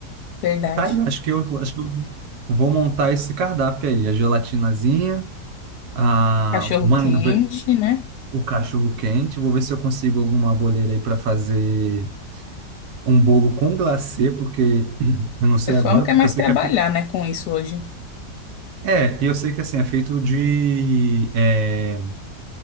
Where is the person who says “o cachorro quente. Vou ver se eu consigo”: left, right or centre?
Right